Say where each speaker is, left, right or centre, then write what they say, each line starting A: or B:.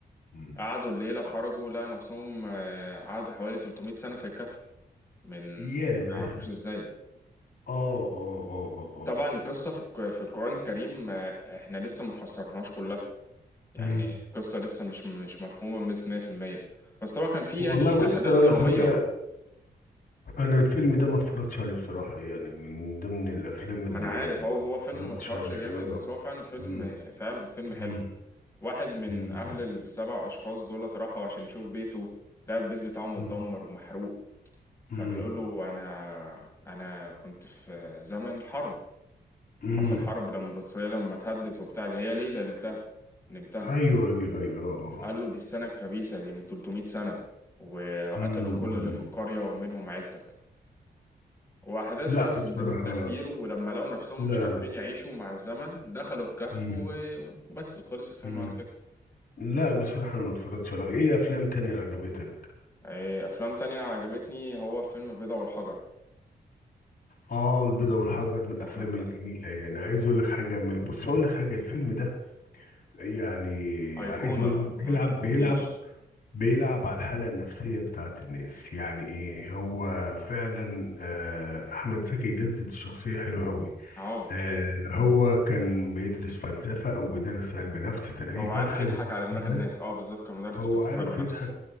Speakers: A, on the left; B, on the left.
A: مم.
B: قعدوا الليلة خرجوا لقى نفسهم آه، قعدوا حوالي 300 سنة في الكهف من
A: ياه
B: ما يعرفوش إزاي
A: اه اه اه اه اه
B: طبعا القصة في الك- في القرآن الكريم آه، إحنا لسه ما فسرناهاش كلها يعني
A: مم.
B: القصة لسه مش مش مفهومة بنسبة 100% بس طبعا كان في
A: والله
B: يعني
A: بص
B: أحداث
A: اقول
B: درامية
A: لك حاجه انا الفيلم ده ما اتفرجتش عليه بصراحه يعني من ضمن الافلام اللي
B: ما أنا عارف
A: يعني
B: هو
A: ما
B: هو فيلم
A: اتفرجتش
B: ما اتشهرش
A: عليه
B: جامد
A: اه
B: بس هو فعلا فيلم
A: مم،
B: فعلا فيلم
A: مم،
B: حلو واحد من
A: مم،
B: أهل السبع أشخاص دولت راحوا عشان يشوف بيته لقى البيت بتاعه متدمر
A: مم،
B: ومحروق
A: مم،
B: فبيقول له أنا أنا كنت في زمن حرب
A: مم.
B: حصل حرب لما البطارية لما اتهدت وبتاع ده هي ليلة ليلتها نمتها
A: ايوه ايوه ايوه اه
B: فقال
A: آه.
B: له دي السنة الكبيسة دي من 300 سنة وقتلوا
A: مم،
B: كل اللي في القرية ومنهم عيلتك وأحداث
A: لا
B: بقى من
A: بصراحة
B: من ده كتير ولما لقوا نفسهم
A: لا
B: مش عارفين يعيشوا مع الزمن دخلوا الكهف
A: مم.
B: و- وبس خلص الفيلم
A: مم.
B: على كده
A: لا بصراحة أنا ما اتفرجتش على إيه أفلام تانية عجبتك؟
B: إيه، افلام تانية عجبتني هو فيلم البيضة والحجر
A: آه البيضة والحجر من الأفلام
B: احمد زكي
A: الجميلة يعني عايز أقول لك حاجة ما- بص أقول لك حاجة الفيلم ده يعني
B: ايقونة
A: عايز أقول لك
B: ما
A: بيلعب
B: تتنسيش
A: بيلعب بيلعب على الحالة النفسية بتاعت الناس يعني إيه هو فعلا آه، أحمد زكي جسد الشخصية حلو أوي
B: اه
A: آه، هو كان بيدرس فلسفة أو بيدرس علم نفس تقريبا
B: فهو عارف
A: حاجة
B: يضحك
A: زي
B: على دماغ
A: كده
B: الناس اه بالظبط كان مدرس
A: فهو
B: فلسفة
A: عارف
B: علم نفس
A: يضحك